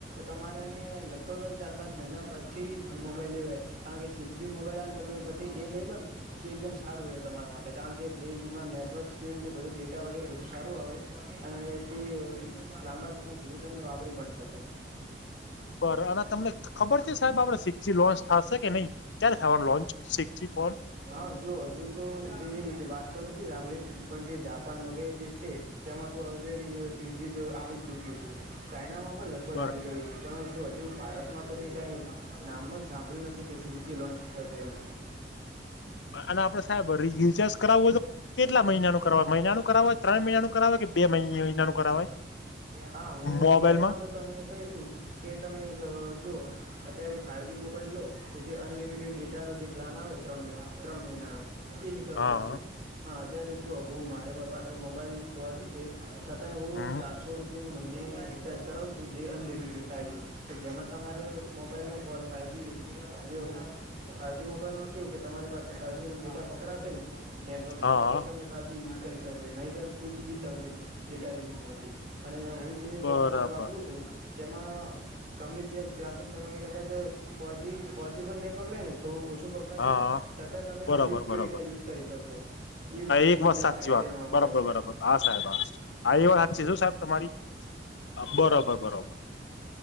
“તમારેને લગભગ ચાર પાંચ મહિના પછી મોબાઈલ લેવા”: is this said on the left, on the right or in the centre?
Right